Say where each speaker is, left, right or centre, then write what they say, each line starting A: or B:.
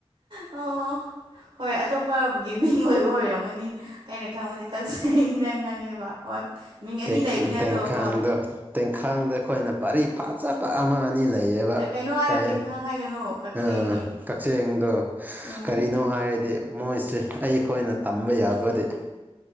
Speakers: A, on the right; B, on the right.
A: ꯑꯣ ꯍꯣꯏ ꯑ ꯑꯇꯣꯞꯄꯒꯤ ꯃꯤꯡ ꯑꯣꯏꯕ ꯑꯣꯏꯔꯝꯒꯅꯤ ꯑꯩꯅ ꯈꯪꯕꯗꯤ ꯀꯛꯆꯦꯡꯗꯪ ꯉꯪꯉꯦꯕ ꯍꯣꯏ ꯃꯤꯡ ꯑꯅꯤ
B: ꯇꯦꯛ
A: ꯂꯩꯕꯅꯦ
B: ꯎꯝ ꯇꯦꯡꯈꯪꯗꯣ
A: ꯑꯗꯣ ꯍꯣꯏ
B: ꯇꯦꯡꯈꯪꯗꯣ ꯑꯈꯣꯏꯅ ꯄꯥꯔꯤ ꯐꯥꯖꯕ ꯑꯃꯥ ꯑꯅꯤ ꯂꯩꯌꯦꯕꯥ
A: ꯀꯩꯅꯣ ꯍꯥꯏꯌꯣ
B: ꯀꯩ
A: ꯇꯦꯡꯈꯥꯡ ꯍꯥꯏꯒꯅꯨ ꯀꯛꯆꯦꯡꯅꯤ
B: ꯑꯥꯍ ꯀꯛꯆꯦꯡꯗꯣ
A: ꯎꯝ
B: ꯀꯔꯤꯅꯣ ꯍꯥꯏꯔꯗꯤ <unintelligible> ꯃꯣꯏꯁꯦ ꯑꯩꯈꯣꯏꯅ ꯇꯝꯕ ꯌꯥꯕꯗꯤ